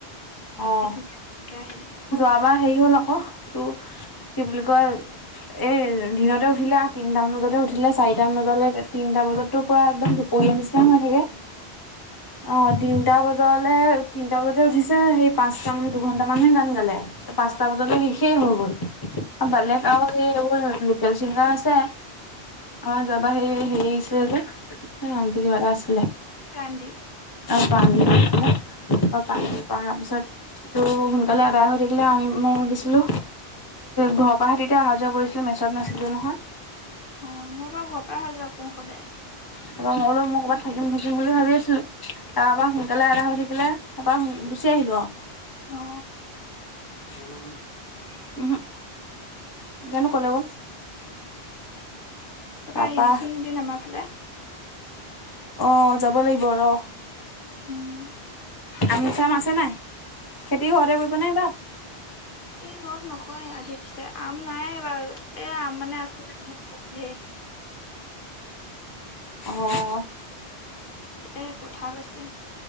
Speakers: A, on the left (about 20°); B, on the left (about 55°).
A: অ'
B: চব জি ধুনীয়াকে আহে।
A: আমাৰ সেই হল আক টো কি বুলি কয় এই দিনতে উঠিলে আ তিনটা মান বজাতে উঠিলে চাৰিটা মান বজালে তিনটা বজাততো পূৰা এদম দুপৰীয়া নিচিনা হৈ থাকে। অ তিনটা বজ জলে তিনিটা বজাতে উঠিছে সেই পাঁচটা মান দুঘন্টা মানহে গান গালে পাঁচটা বজালে শেষেই হৈ গল বেলেগ আও এইবোৰ লোকেল চিংগাৰ আছে। অ যোৱা বাৰ হেৰি হেৰি আহিছিলে যে নামটো কিবাতা আছিলে
B: প্ৰাণদিপ।
A: <unintelligible> ত পান পাৰ পিছত তো সোনকালে আদায় হৈ থাকিলে আমি মই ভাবিছিলো ঘৰৰ পাহে তেতিয়া অহা যোৱা কৰিছিলো মেছত নাছিলো নহয়।
B: অ মই বাৰু ঘৰৰ পৰা অহা যোৱা কৰো সদায়
A: ত মইলো মই ক'ৰাত থাকিম থাকিম বুলি ভাবি আছিলো তাপা সোনকালে এদাই হৈ থাকিলে তাপা গুচি আহিলো আৰু
B: অ
A: <unintelligible> উহো জানো ক'লে গল
B: তাপা
A: তাৰপা
B: আহিবিচোন এদিন আমাৰ ফালে
A: অ যাব লাগিব ৰহ।
B: উম
A: আমি চাম আছে নাই খেতি ঘৰতে কৰিব নে এইবা
B: চব নকয় আধি দিছে আম নাই এইবাৰ এ আম মানে আছিল চব পকী শেষ
A: অ
B: এতিয়া কঠাল আছে।